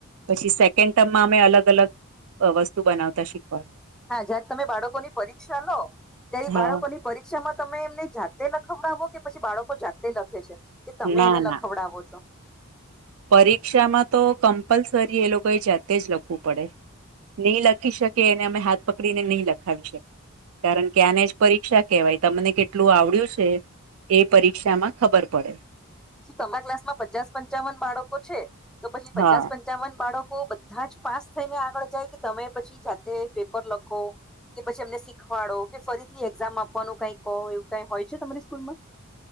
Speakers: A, on the right; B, in the centre.
A: પછી સેકન્ડ ટર્મમાં અમે અલગ અલગ વસ્તુ બનાવતા શીખવા.
B: હા જયારે તમે બાળકોની પરીક્ષા લો ત્યારે
A: હા
B: બાળકોની. પરીક્ષામાં તમે એમને જાતે લખવડાવો કે પછી બાળકો જાતે લખે છે. કે તમે
A: ના
B: એને
A: ના
B: લખવડાવો છો.
A: પરીક્ષામાં તો કમ્પલસરી એ લોકોએ જાતે જ લખવું પડે. નહી લખી શકે એને અમે હાથ પકડીને નહી લખાવી શકીએ. કારણ કે આને જ પરીક્ષા કેવાય તમને કેટલું આવડ્યું છે. એ પરીક્ષા માં ખબર પડે.
B: શું તમારા ક્લાસમાં પચાસ પંચાવન બાળકો છે તો પછી પચાસ.
A: હા
B: ચન બાળકો બધા જ પાસ થઈને આગળ જાય કે તમે પછી જાતે પેપર લખો. કે પછી એમને શીખવાડો કે ફરીથી એક્ઝામ આપવાનું કઈ કહો એવું કઈ હોય છે તમારી સ્કૂલ માં.